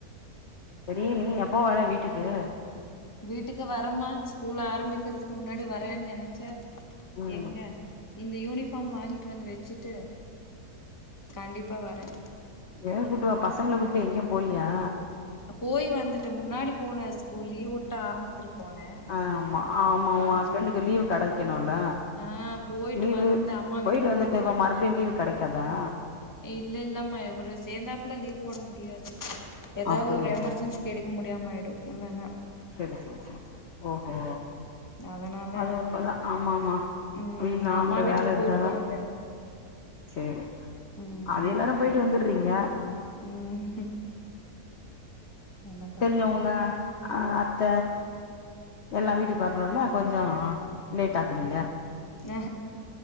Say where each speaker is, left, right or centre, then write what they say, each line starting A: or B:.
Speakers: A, on the left; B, on the left.
A: சரி நீ எப்போ வர வீட்டுக்கு
B: வீட்டுக்கு வரமா ஸ்கூல் ஆரம்பிக்கிறதுக்கு முன்னாடி வரேன்னு நெனச்சே
A: ம் ம்
B: எங்க இந்த யூனிஃப் எஃப் எம் வாங்கிட்டு வந்து வச்சிட்டு கண்டிப் இப்ப வரே
A: வேண்ணா கூப்ட்டு வா பசங்கள கூப்ட்டு எங்கயு போலியா
B: போய் வந்துட்டே முன்னாடி போன ஸ்கூல் லீவ் வுட்ட ஆரம்பத்துல போனே
A: ஆஹ் ஆமா ஆமா
B: ஆ
A: உன் ஹஸ்பண்டுக்கு லீவ் கடைக்க னால
B: ஆ போயிட்டு
A: லீவு
B: வந்து அம்மா
A: போயிட்டு
B: வீட்டுக்கு
A: வந்துட்டு இப்ப
B: வந்ட்டே
A: மறுபடியு லீவு கெடைக் க்கதா
B: இல்ல இல்லம்மா இவரு சேந்தாப்புல லீவ் போட முடியாது எதாவது
A: அப்டியா
B: ஒரு எமர்ஜென்சிக்கு எடுக்க முட் உபயம் ஆயிடும் ல்லன
A: செரி செரி செரி செரி ஓஹோ
B: அதனால
A: அது உண்மதான் ஆமா ஆமா
B: ம்
A: வீட்டுல ஆம்பல
B: அம்மா வீட்டுக்கு
A: வேல இருந்தாதா
B: போயிட்டு வந்ட்டே
A: செரி
B: ம்
A: அது எல்லாரும் போயிட்டு வந்து றீங்க
B: ம் என்ன பண்றது
A: தெரிஞ்ச உங்க அ அத்த எல்லாம் வீட்டுக்கு வரணுல கொஞ்சம் லேட் ஆக்குறீங்க
B: ஆ